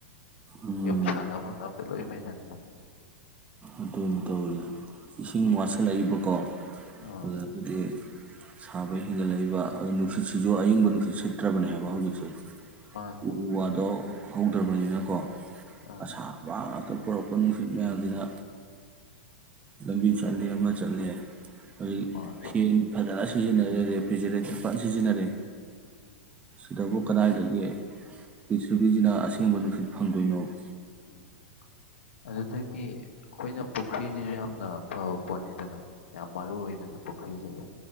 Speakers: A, on the right; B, on the left.
A: ꯎꯝ
B: ꯌꯨꯝ ꯁꯥꯅ ꯍꯣꯠꯅꯕꯗ <unintelligible>
A: ꯑꯗꯨꯅꯦ ꯇꯧꯔꯤꯁꯦ ꯏꯁꯤꯡ ꯋꯥꯠꯁꯤꯜꯂꯛꯏꯕꯀꯣ
B: ꯑꯥ
A: ꯑꯗꯨꯗꯒꯤꯗꯤ ꯁꯥꯕ ꯍꯦꯟꯒꯠꯂꯛꯏꯕ ꯑꯗꯨ ꯅꯨꯡꯁꯤꯠꯁꯤꯁꯨ ꯑꯌꯤꯡꯕ ꯅꯨꯡꯁꯤꯠ ꯁꯤꯠ ꯁꯤꯠꯇ꯭ꯔꯕꯅꯦ ꯍꯥꯏꯕ ꯍꯧꯖꯤꯛꯁꯦ
B: ꯃꯥꯅꯤ
A: ꯎ ꯋꯥꯗꯣ ꯍꯧ ꯍꯧꯗ꯭ꯔꯕꯅꯤꯅꯀꯣ
B: ꯑꯥ
A: ꯑꯁꯥꯕ ꯉꯥꯛꯇ ꯄꯨꯣ꯭ꯔꯛꯄ ꯅꯨꯡꯁꯤꯠ ꯃꯌꯥꯝꯁꯤꯅ ꯂꯝꯕꯤ ꯆꯠꯂꯦ ꯑꯃ ꯆꯠꯂꯦ ꯍꯧꯖꯤꯛ
B: ꯃꯥꯅꯦ
A: ꯐꯦꯟ ꯐꯖꯅ ꯁꯤꯖꯤꯟꯅꯖꯔꯦ ꯐꯤꯖꯔꯦꯇꯔ ꯐꯅ ꯁꯤꯖꯤꯟꯅꯔꯦ
B: ꯎꯝ
A: ꯑꯗꯨꯕꯨ ꯀꯗꯥꯏꯗꯒꯤ <unintelligible> ꯑꯁꯦꯡꯕ ꯅꯨꯡꯁꯤꯠ ꯐꯪꯗꯣꯏꯅꯣꯕ
B: ꯎꯝ ꯑꯗꯨꯗꯒꯤ ꯑꯩꯈꯣꯏꯅ ꯄꯨꯈ꯭ꯔꯤꯁꯤꯁꯨ ꯌꯥꯝꯅ ꯐꯕ ꯄꯣꯠꯅꯤꯗꯅ ꯌꯥꯝ ꯃꯔꯨ ꯑꯣꯏꯗꯅ ꯄꯨꯈ꯭ꯔꯤꯁꯤꯁꯨ